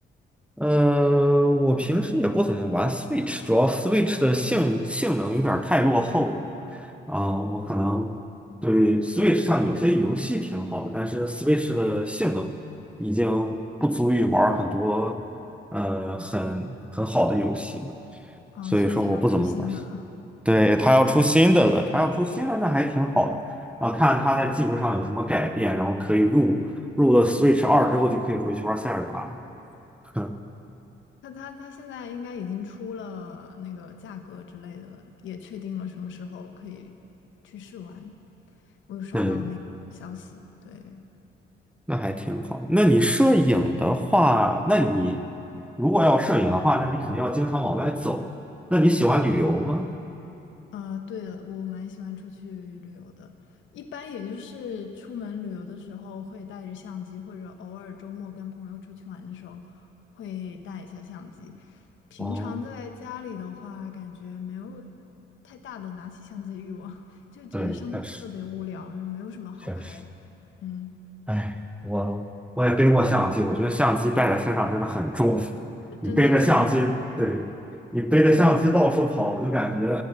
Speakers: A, in the centre; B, on the left (about 70°).
A: 呃，我平时也不怎么玩 Switch，主要 Switch 的性性能有点儿太落后了。啊、我可能对 Switch 上有些游戏挺好的，但是 Switch 的性能已经不足以玩儿很多呃很很好的游戏了，
B: 啊，
A: 所以说我不怎么玩儿
B: 所以它要出新的。
A: 对，它要出新的了，它要出新的那还挺好的啊，看它在技术上有什么改变，然后可以入入了 Switch 二之后就可以回去玩塞尔达。<laughs>
B: 他他他现在应该已经出了那个价格之类的，也确定了什么时候可以去试玩。我有刷到那个消息，
A: 对，
B: 对，
A: 那还挺好的。那你摄影的话，那你如果要摄影的话，
B: 嗯。
A: 那你肯定要经常往外走。那你喜欢旅游吗？
B: 啊，对的，我蛮喜欢出去旅游的。一般也就是出门旅游的时候会带着相机，或者偶尔周末跟朋友出去玩的时候会带一下相机。平常在家里的话，
A: 哦，
B: 感觉没有太大的拿起相机欲望，<laughs> 就觉得生活特别无聊，
A: 对，确实
B: 就没有什么好拍的。
A: 确实，
B: 嗯，
A: 哎，我我也背过相机，我觉得相机带在身上真的很重。你背着相机，
B: 真的，真的，真的。
A: 对，你背着相机到处跑，我就感觉